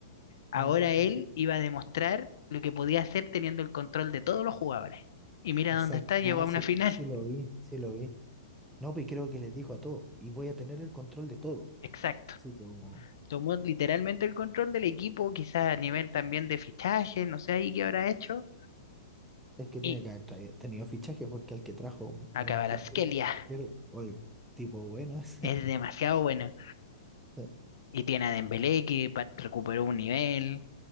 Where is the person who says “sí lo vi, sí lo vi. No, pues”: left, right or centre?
Centre